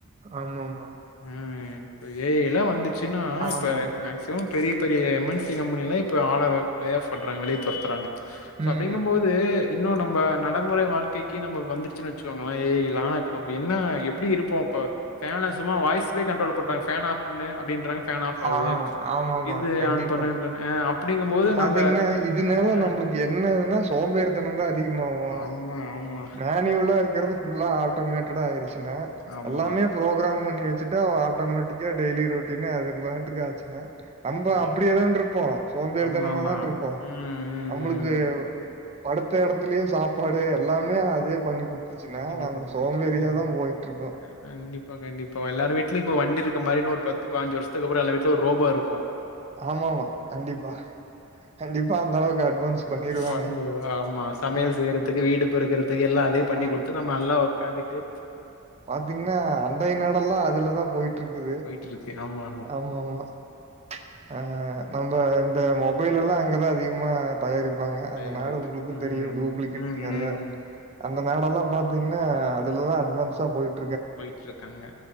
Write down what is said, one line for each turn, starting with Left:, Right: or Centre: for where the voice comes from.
Right: ஆமா ஆமா
Left: ம் இப்ப ஏ ஐல்லா வந்துச்சுன்னா
Right: ஆமா.
Left: இப்ப மேக்சிமம் பெரிய பெரிய எம் என் சி கம்பெனிலா இப்ப ஆள லே ஆஃப் பண்றாங்க வெளிய தொரத்துராங்க சோ
Right: ம்,
Left: அப்டிங்கும்
Right: ம்.
Left: போ து இன்னு நம்ப நடமுறை வாழ்க்கைக்கு நம்ப வந்துருச்சுன் வச்சுக்கோங்கள ஏ ஐலா இப்ப நம்ப என்னா எப்டி இருப்போ இப்ப ஃபேன சும்மா வாய்ஸ்லே கண்ட்ரோல் பண்றாங்க ஃபேன ஆஃப் பண்ணு அப்டின்றாங்க ஃபேன் ஆஃப் ஆவுது
Right: ஆ ஆமாமா.
Left: இது
Right: கண்டிப்பா.
Left: ஆன் பண்ணுறாங் அ அப்டிங்கும் போது
Right: பார்த்தீங்கன்னா,
Left: நம்ப
Right: இதனால
Left: அ
Right: நம்பளுக்கு என்னதுனா சோம்பேரித்தனோ தா அதிகமாவு
Left: ஆமா, ஆமா,
Right: மேனிவுலா இருக்கறது ஃபுல்லா ஆட்டோமேட்டடா ஆயிருச்சுங்க
Left: ஆமா.
Right: எல்லாமே ஃப்ரோக்ராம் பண்ணி வச்சுட்டா ஆட்டோ மேட்டிக்கா டெய்லி ரொட்டினே அது பாட்டு ஆ ச்சுங்க நம்ப
Left: ஆயிடும்.
Right: அப்டே தான்ருப்போ சோம்பேறி
Left: ஆமாமா.
Right: தனமாதான்ருப்போ
Left: ம், ம்,
Right: நம்பளுக்கு
Left: ம்.
Right: படுத்த எடத்துலயே சாப்பாடு எல்லாமே அதே பண்ணிகுடு த்துச்சுன்னா
Left: பண்ணி
Right: நம்ப
Left: குடுத்துச்சு.
Right: சோம்பேறியா
Left: ம்.
Right: தா போயிட்ருக்கோ
Left: கண்டிப்பா கண்டிப்பா எல்லாரு வீட்லயு இப்ப வண்டி இருக்க மாரி இன்னொரு பத்து பாஞ்சு வருஷத்துக்கு அப்புறோ எல்லா வீட்லயு ஒரு ரோபோ இருக்கு
Right: ஆமா ஆமா கண்டிப்பா கண்டிப்பா அந்த அளவுக்கு அட்வான்ஸ் பண்ணிருவாங்க
Left: வந்துரு ஆமா சமையல்
Right: அ
Left: செய்யறதுக்கு வீடு பெருக்கறது இப்ப எல்லா அதே பண்ணி
Right: ஆ
Left: குடுத்து நம்ம நல்லா உக்காந்துட்டு
Right: பாத்தீங்னா அண்டை நாடல்லா அதுலதா போயிட்ருக்குது
Left: போயிட்டுருக்கு. ஆமா,
Right: ஆமா ஆமா ஆ நம்ம இந்த மொபைல் எல்லா அங்கதா அதிகமா தயாரிப்பாங்க
Left: தயாரிப்பு.
Right: அந்த நாடு உங்களுக்கு
Left: ம்,
Right: தெரியு டூப்ளிகேட்
Left: ம்,
Right: நெறைய
Left: ம்.
Right: அந்த நாடல்லா பாத் பாத்தீங்கன்னா அதுலதா அட்வான்ஸ போயிட்
Left: போயிட்ருக்காங்க